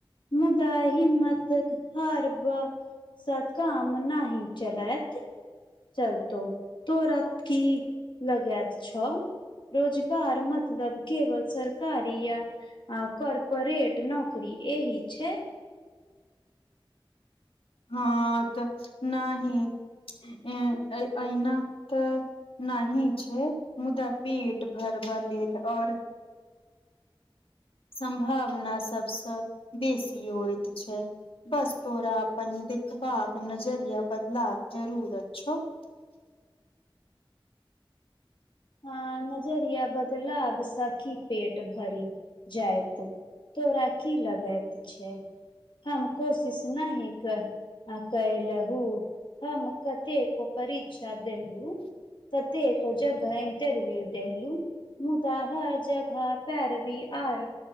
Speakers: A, on the left; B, on the left.
A: मुदा हिम्मतेक हारब स काम नहि चलत चलतो तोरा की लगेत छ रोजगार मतलब केवल सरकारी या आ काॅरपरेट नौकरी एही छै
B: हँ ऽ त नाहि अ अऐना तऽ नहि छै मुदा पेट भरब लेल आओर सम्भवना सभसँ बेसी होइत छै बस तोरा अपन देखिबाक नजरिया बदला जरूर छौ <inaudible>
A: हाँ नजरिया बदलाब सऽ कि पेट भरि जायइत तोरा की लगैत छै हम कोशिश नहि कर आ कै लहु हम कते कोप री श्रद्धू सत <unintelligible> इंटरव्यू देहलू मुदा हर जगह पेरबी आर